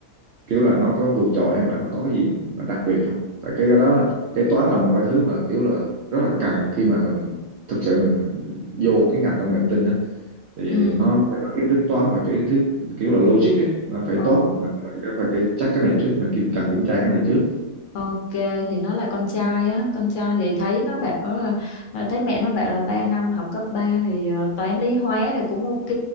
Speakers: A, on the right; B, on the left.
A: kiểu là nó có vượt trội hay là nó có cái gì mà đặc biệt không tại cái đó là cái toán là một cái thứ mà kiểu là rất là cần khi mà mình thực sự mình vô cái ngành công nghệ thông tin đó, thì
B: ừ
A: nó phải có kiến thức toán và cái thứ kiểu là logic ấy, nó phải
B: ờ
A: tốt phải, phải cái chắc cái này trước mình kiểm cần kiểm tra cái này trước
B: Ok thì nó là con trai á con trai thì thấy nó bảo là à, thấy mẹ nó bảo là 3 năm học cấp 3 thì ờ, toán lý hóa thì cũng ok